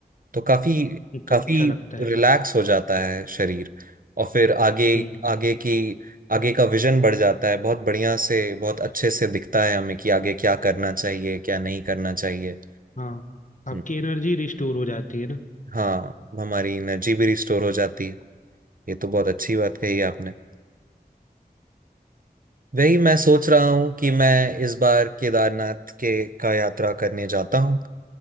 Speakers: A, on the right; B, on the left.
A: तो काफी काफी
B: तो अच्छा लगता है
A: रिलैक्स हो जाता है शरीर और फिर आगे
B: हम्म
A: आगे की आगे का विजन बढ़ जाता है बहुत बढ़िया से बहुत अच्छे से दिखता है हमें कि आगे क्या करना चाहिए क्या नहीं करना चाहिए
B: हाँ आपकी
A: हम्म,
B: एनर्जी रिस्टोर हो जाती है ना
A: हाँ हमारी एनर्जी भी रिस्टोर हो जाती है ये तो बहुत अच्छी बात कही आपने वही मैं सोच रहा हूँ कि मैं इस बार केदारनाथ के का यात्रा करने जाता हूँ